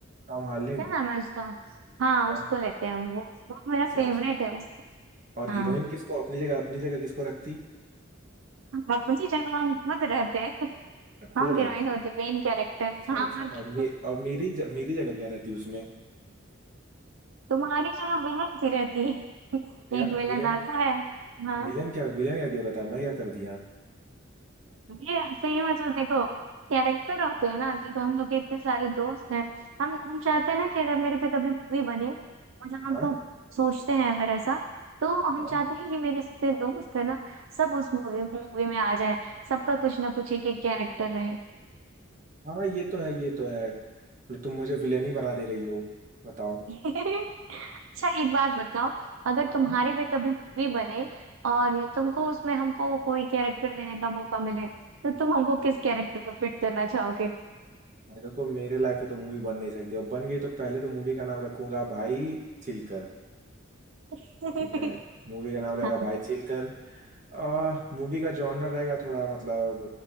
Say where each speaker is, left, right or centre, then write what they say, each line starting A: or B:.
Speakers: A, on the right (about 40°); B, on the right (about 75°).
A: टॉम
B: क्या
A: हार्लेंड
B: नाम है उसका हाँ
A: टॉम
B: उसको लेते हैं हम वो वो मेरा
A: अच्छा
B: फेवरेट
A: अच्छा
B: है उसको
A: और
B: हाँ
A: हीरोइन किसको अपनी जगह अपनी जगह किसको रखती
B: अपनी जगह हम खुद रहते हैं
A: खुद
B: हाँ
A: रहती
B: हीरोइन होते मेन कैरेक्टर
A: अच्छा
B: हाँ
A: अच्छा
B: और क्या?
A: और, मे, और मेरी ज, मेरी जगह क्या रहती उसमें
B: तुम्हारी जगह विलन सी रहती
A: यार
B: एक विलन
A: विलेन
B: आता है हाँ
A: विलेन क्या विलेन क्या क्यों रहता मैं क्या कर दिया
B: ये सही मतलब देखो कैरेक्टर होते हैं ना देखो हम लोग के इतने सारे दोस्त हैं हम हम चाहते हैं ना कि अगर मेरे पे कभी मूवी बने मतलब हम
A: हाँ
B: तो सोचते हैं अगर ऐसा तो हम
A: हाँ
B: चाहते हैं कि मेरे जितने दोस्त है ना सब उस मूवी मूवी में आ जाए सबका कुछ ना कुछ एक एक कैरेक्टर
A: हाँ ये तो है ये तो है मतलब तुम मुझे विलेन ही बना दे रही हो बताओ
B: रहे <laughs> अच्छा एक बात बताओ अगर तुम्हारे
A: हाँ
B: पे कभी मूवी बने और तुमको उसमें हमको कोई कैरेक्टर देने का मौका मिले तो तुम हमको किस कैरेक्टर में फिट करना चाहोगे
A: भाई देखो मेरे लाइफ पे तो मूवी बन नहीं सकती अब बन गई तो पहले तो मूवी का नाम रखूंगा भाई चिलकर
B: <laughs>
A: ठीक है मूवी का नाम रहेगा
B: हाँ,
A: भाई चिलकर आ मूवी का जॉनर रहेगा थोड़ा मतलब